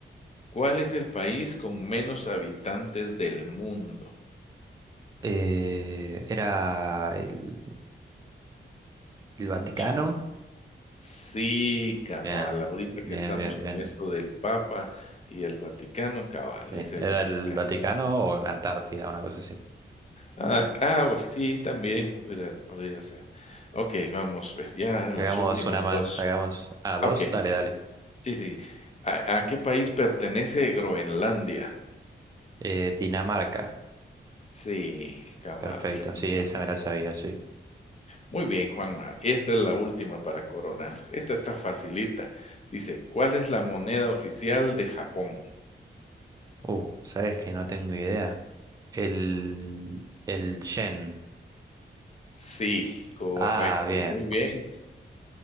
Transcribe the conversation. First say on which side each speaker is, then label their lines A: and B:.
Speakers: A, on the left (about 35°); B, on the right (about 20°).
A: ¿Cuál es el país con menos habitantes del mundo?
B: Eh, era el, el Vaticano.
A: Un chiqui sí, cabal,
B: Bien,
A: ahorita que
B: bien,
A: estamos
B: bien,
A: con
B: bien.
A: esto del Papa y el Vaticano, cabal,
B: Sí,
A: es el
B: era
A: Vaticano.
B: el Vaticano o la Antártida, una cosa así.
A: Ah, ah, pues sí, también hubiera podría ser. Okey, vamos, pues, ya las
B: Hagamos
A: últimas
B: una más,
A: dos
B: hagamos... Ah, dos,
A: Okey,
B: dale, dale.
A: sí, sí. ¿A a qué país pertenece Groenlandia?
B: Eh, Dinamarca,
A: Sí, cabal,
B: perfecto.
A: Dinamarca.
B: Sí, esa me la sabía, sí.
A: Muy bien, Juanma, esta es la última para coronar. Esta está facilita. Dice, ¿cuál es la moneda oficial de Japón?
B: Uh, ¿sabes que No tengo idea. El... El Yen.
A: Sí, correcto,
B: Ah, bien.
A: muy bien,